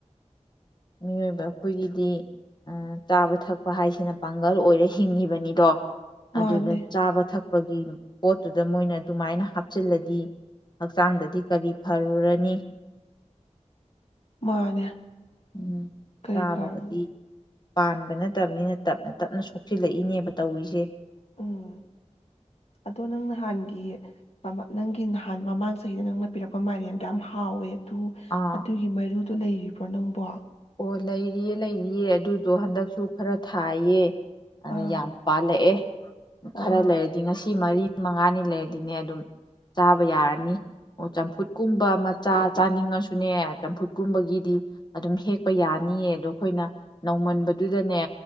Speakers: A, on the left; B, on the left.
A: ꯃꯤꯑꯣꯏꯕ ꯑꯩꯈꯣꯏꯒꯤꯗꯤ ꯑꯥ ꯆꯥꯕ ꯊꯛꯄ ꯍꯥꯏꯁꯤꯅ ꯄꯥꯡꯒꯜ ꯑꯣꯏꯔ ꯍꯤꯡꯉꯤꯕꯅꯤꯗꯣ
B: ꯃꯥꯅꯦ
A: ꯑꯗꯨꯗ ꯆꯥꯕ ꯊꯛ ꯄꯒꯤ ꯄꯣꯠꯇꯨꯗ ꯃꯣꯏꯅ ꯑꯗꯨꯃꯥꯏꯅ ꯍꯥꯞꯆꯤꯜꯂꯗꯤ ꯍꯛꯆꯥꯡꯗꯗꯤ ꯀꯔꯤ ꯐꯔꯨꯔꯅꯤ
B: ꯃꯥꯅꯦ
A: ꯎꯝ
B: ꯀꯔꯤ
A: ꯆꯥꯕꯒꯗꯤ
B: ꯐꯔꯕꯅꯣ
A: ꯄꯥꯟꯕ ꯅꯠꯇꯕꯅꯤꯅ ꯇꯞꯅ ꯇꯞꯅ ꯁꯣꯛꯆꯤꯜꯂꯛꯏꯅꯦꯕ ꯇꯧꯔꯤꯁꯦ
B: ꯎꯝ ꯑꯗꯣ ꯅꯪ ꯅꯍꯥꯟꯒꯤ ꯅꯪꯒꯤ ꯅꯍꯥꯟ ꯃꯃꯥꯡ ꯆꯍꯤꯗ ꯅꯪꯅ ꯄꯤꯔꯛꯄ ꯃꯥꯏꯔꯦꯟꯗꯣ ꯌꯥꯝ ꯍꯥꯎꯋꯦ ꯑꯗꯨ
A: ꯑꯥ
B: ꯑꯗꯨꯒꯤ ꯃꯔꯨꯗꯣ ꯂꯩꯔꯤ ꯄꯣꯅꯪꯕ
A: ꯑꯣ ꯂꯩꯔꯤꯌꯦ ꯂꯩꯔꯤꯌꯦ ꯑꯗꯨꯗꯣ ꯍꯟꯗꯛꯁꯨ ꯈꯔ ꯊꯥꯏꯌꯦ ꯑꯗꯨ
B: ꯑꯥ
A: ꯌꯥꯝ ꯄꯥꯜꯂꯛꯑꯦ
B: ꯑꯣ
A: ꯈꯔ ꯂꯩꯔꯗꯤ ꯉꯁꯤ ꯁꯤ ꯃꯔꯤ ꯃꯉꯥꯅꯤ ꯂꯩꯔꯗꯤꯅꯦ ꯑꯗꯨꯝ ꯆꯥꯕ ꯌꯥꯔꯅꯤ ꯑꯣ ꯆꯝꯐꯨꯠ ꯀꯨꯝꯕ ꯃꯆꯥ ꯆꯥꯅꯤꯡꯉꯁꯨ ꯗꯨꯅꯦ ꯆꯝꯐꯨꯠꯀꯨꯝꯕꯒꯤꯗꯤ ꯑꯗꯨꯝ ꯍꯦꯛꯄ ꯌꯥꯅꯤꯌꯦ ꯑꯗꯨ ꯑꯈꯣꯏꯅ ꯅꯧꯃꯟꯕꯗꯨꯗꯅꯦ